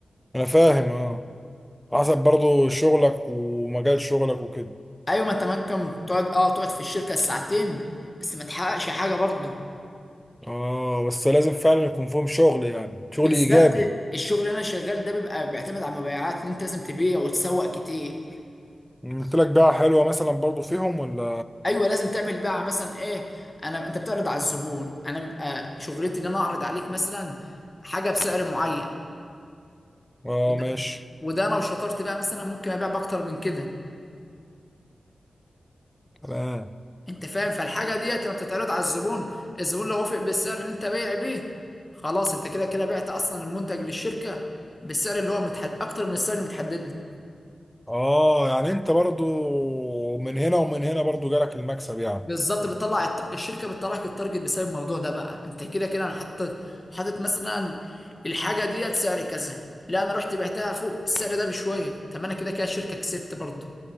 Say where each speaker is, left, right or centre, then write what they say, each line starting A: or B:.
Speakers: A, in the centre; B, on the left (about 25°).
A: أنا فاهم آه حسب برضو شغلك ومجال شغلك وكده
B: ايوه ما انت ممكن تقعد اه تقعد في الشركه الساعتين بس ما تحققش حاجه برضه
A: آه بس لازم فعلا يكون فيهم شغل يعني شغل
B: بالذات
A: إيجابي
B: الشغل اللي انا شغال ده بيبقى بيعتمد على المبيعات اللي انت لازم تبيع وتسوق كتير
A: قلت لك بقى حلوة مثلا برضو فيهم ولا
B: ايوه لازم تعمل بقى مثلا ايه انا انت بتعرض على الزبون انا بيبقى شغلتي ان انا اعرض عليك مثلا حاجه بسعر معين
A: آه
B: وده,
A: ماشي
B: وده انا لو شطرت بقى مثلا ممكن ابيع باكتر من كده
A: تمام
B: انت فاهم فالحاجه ديت لما بتتعرض على الزبون الزبون لو وافق بالسعر اللي انت بايع بيه خلاص انت كده كده بعت اصلا المنتج للشركه بالسعر اللي هو متحد اكتر من السعر اللي متحدد له
A: آه يعني أنت برضو من هنا ومن هنا برضو جالك المكسب يعني
B: بالظبط بتطلع الت- الشركه بتطلع لك التارجت بسبب الموضوع ده بقى انت كده كده انا حاطط حاطط مثلا الحاجه ديت سعر كذا لا انا رحت بعتها فوق السعر ده بشويه طب انا كده كده الشركه كسبت برضه